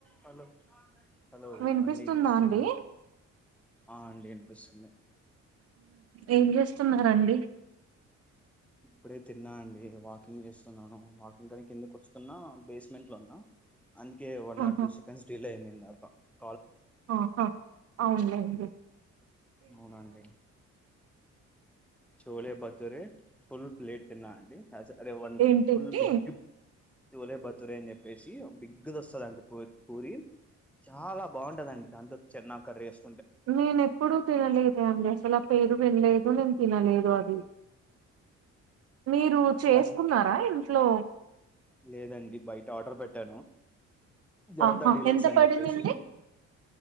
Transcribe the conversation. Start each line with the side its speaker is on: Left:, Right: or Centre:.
Centre: Hello hello
Right: వినిపిస్తుందా
Centre: అండి వినిపిస్తుంద
Right: అండి
Centre: ఆ అండి అనిపిస్తుంది
Right: ఏం చేస్తున్నరండి
Centre: ఇప్పుడే తిన్నా అండి వాకింగ్ చేస్తున్నాను వాకింగ్ అని కిందకు వస్తున్నా బేస్మెంట్ లో ఉన్నా అందుకే వన్
Right: ఆహా
Centre: ఆర్ టూ సెకండ్స్ డల్ అయ్యి <unintelligible>
Right: ఆహా అవులెండి
Centre: అవునండి చోళ బతురే ఫుల్ ప్లేట్ తిన్నా అడి స అరే వన్
Right: ఏంటేంటి
Centre: ఫుల్ బిగ్ గి చూలే బతురే అని చెప్పేసి బిగ్గ్ది ఒస్తదండి పు పూరి చాలా బాగుంటదండి దాంట్లో చెన్న కర్రీ ఏస్
Right: నేనెప్ ప్పుడు తినలేదే అండి ఇలా పేరు వినలేదు నేన్ తినలేదు అది మీరు చేసుకున్నారా
Centre: వన్
Right: ఇంట్లో
Centre: లేదండి బయట ఆర్డర్ పెట్టాను జనతా
Right: ఆహా
Centre: డిలక్స్
Right: ఎంత
Centre: అని
Right: పడిందండి
Centre: చెప్పేసి